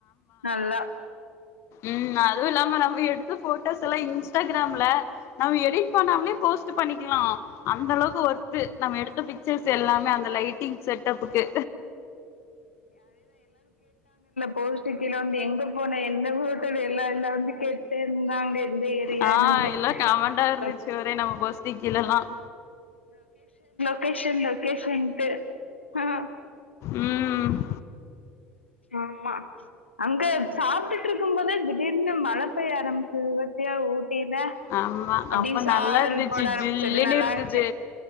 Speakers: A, on the left; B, on the left.
A: நல்லா
B: உம் அதுவு இல்லாம நம்ம எடுத்த போட்டோஸ் எல்லா இன்ஸ்டாகிராம்ல நம்ம எ <unintelligible> பண்ணாமலே போஸ்ட் பண்ணிக்கலாம் அந்த அளவுக்கு ஒர்த்து, நம்ம எடுத்த பிக்சர்ஸ் எல்லாமே அந்த லைட் செட்டப்புக்கு
A: பௌஷ்டிக்கில வந்து, எங்க போன எந்த ஹட்டல் எல்லா எல்லாம வந்து கெட்டே இருந்தாங்க எந்த ஏரியான்னுட்டு
B: ஆஹ் எல்லாம் கமண்டண்டா இருந்துச்சு,
A: லொ
B: ஒரே நம்ம போஸ்டிக்கிலல்லாம்,
A: லோகேஷன் லோகேஷன்ட்டுஹ
B: உம்
A: ஆமா, அங்க சாப்பிட்டுட்டு இருக்கும் போதே திடீர்னு மழை பெய்ய அரம் திருபத்தியா ஊட்டில
B: ஆமா
A: அப்படி
B: அப்ப
A: சாரல்
B: நல்லா இருந்துச்சு
A: பட ரம்பிச்சது
B: ஜில்லுன்னு
A: நல்லா
B: இருந்தது
A: இருச்சு